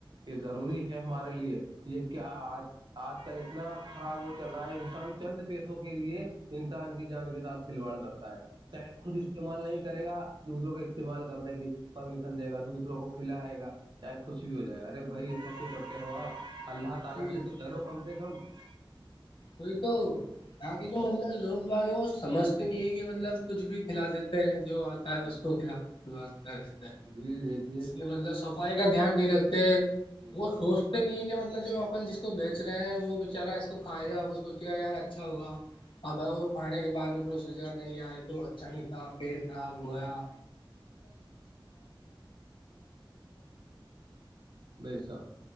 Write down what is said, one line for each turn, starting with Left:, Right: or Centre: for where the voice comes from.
Right: یہ ضروری ہے ہمارے لیے یہ کیا آج آج کل اتنا خراب وہ چل رہا ہے انسان چند پیسوں کے لیے انسان کی جان کے ساتھ کھلواڑ کرتا ہے چاہے خود استعمال نہیں کرے گا <unintelligible> <unintelligible>
Left: جی ئی تو اگے جو منظر لوگ بھاگے وہ سمجھتے نہیں ہے کہ مطلب کچھ ہو ہے
Right: جی
Left: اس کو خف کر دیتا ہے
Right: جی دیکھ
Left: اس لیے مطلب صفائی کا دھیان نہیں رکھتے
Right: بے شک
Left: وہ سو تو نہیں ہے کہ مطلب جو اپن جس کو بیچ رہے ہیں وہ بچارا اس کو کھائے گا وہ سوچے گا یار اچھا ہوگا اب کو کھانے کے بعد میں پھر سوچا گ نہیں آئے تو اچھا نہیں تھا پیٹ خراب ہو گیا
Right: بے شک